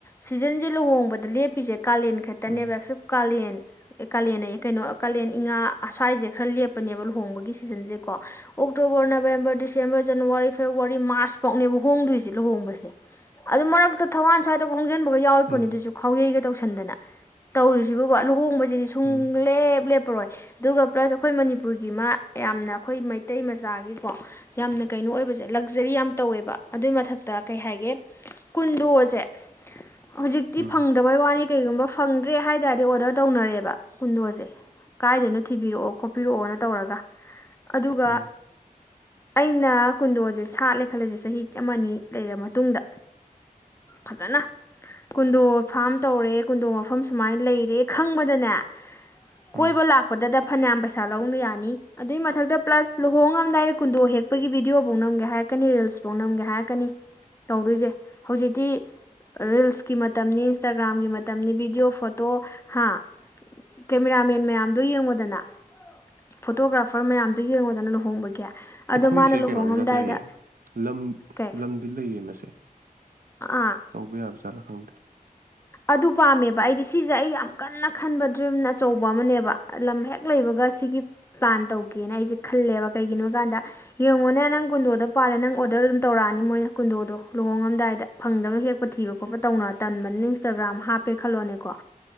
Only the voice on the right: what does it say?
ꯎꯝ
ꯎꯝ
ꯎꯝ
ꯎꯝ
ꯎꯝ
ꯎꯝ
ꯑꯩꯈꯣꯏꯁꯦ
ꯀꯩꯅꯣꯗꯨꯗ ꯂꯩꯌꯦ ꯂꯝ
ꯂꯝꯗꯤ ꯂꯩꯌꯦ ꯃꯁꯦ
ꯇꯧꯕ ꯌꯥꯕꯖꯥꯠꯂꯥ ꯈꯪꯗꯦ